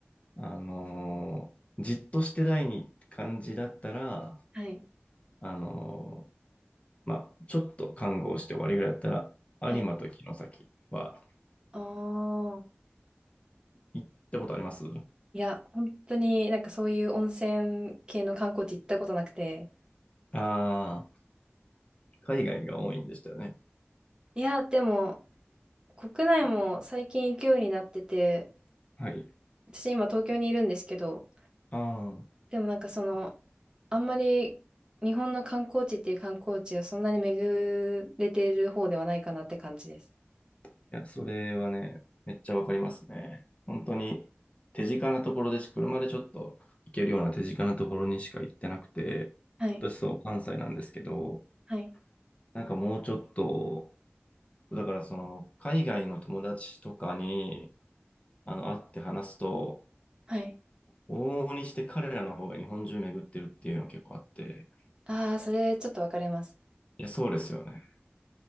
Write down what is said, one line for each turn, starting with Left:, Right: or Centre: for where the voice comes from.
Left: あのーじっとしてたい感じだったら、
Right: はい。
Left: あのーまあ、ちょっと観光して終わりぐらいだったら、
Right: はい。
Left: 有馬と城崎は
Right: ああ。
Left: 行ったことあります
Right: いや、本当になんかそういう温泉系の観光地行ったことなくて。
Left: ああー、海外が多いんでしたよね。
Right: いや、でも、国内も最近行くようになってて、
Left: はい。
Right: 私今東京にいるんですけど、
Left: ああ。
Right: でもなんかその、あんまり日本の観光地っていう観光地をそんなに巡れている方ではないかなって感じです。
Left: いや、それはね、めっちゃわかりますね。本当に手近なところでし、車でちょっと行けるような手近なところにしか行ってなくて、
Right: はい。
Left: 私そう、関西なんですけど、
Right: はい。
Left: なんかもうちょっと、だからその、海外の友達とかに、あの、会って話すと、
Right: はい。
Left: 往々にして彼らの方が日本中巡ってるっていうの結構あって、
Right: ああ、それちょっとわかります。
Left: いや、そうですよね。